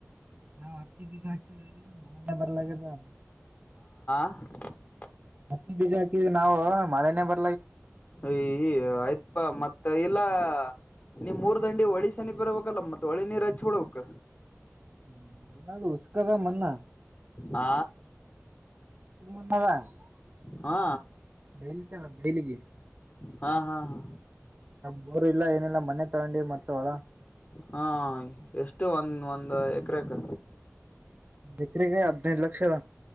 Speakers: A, on the right; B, on the left.
A: ನಾವ್ ಹತ್ತಿ ಬೀಜ ಹಾಕಿದ್ರಿ ಮನಗೆ ಬರ್ಲಗೆದೇ
B: ವಾ <inaudible>
A: ಹತ್ತಿ ಬೀಜ ಹಾಕಿದ ನಾವು ಮಳೆನೇ ಬ
B: ಈ ಆಯ್ತ್ಪಾ ಮತ್ ಮ ಇಲ್ಲಾ ನಿಮ್ ಮೂರ್ ದಂಡಿ ಹೊಳಿ ಸನಿ ಬರ್ಬೇಕಲ್ಲ ಮತ್ತತ್ ಒಳಿ ನೀರು ಹಚ್ ಬಿಡ್ ಅವ್ಕ್
A: ಹ್ಮ ನಲ್ಲ ಉಸ್ಕದ ಮನ್ನಾ
B: ಆ
A: ಮು ಭಾವ <unintelligible>
B: ಹಾ
A: ಬೇಲಕ್ಕೆ ಬೇಲಿಗೆ
B: ಹಾ ಹಾ ಹಾ
A: ಬೋರ್ ಇಲ್ಲ ಏನಿಲ್ಲ ಮನೆೆ ತಗೊಂಡಿ ಮರ್ತವಳ
B: ಹಾ ಎಷ್ಟು ಒಂದ ಒಂದ್ ಎಕರೆಕ್
A: ಎಕ್ಕರೆಗೆ ಹದಿನೈದು ಲಕ್ಷದ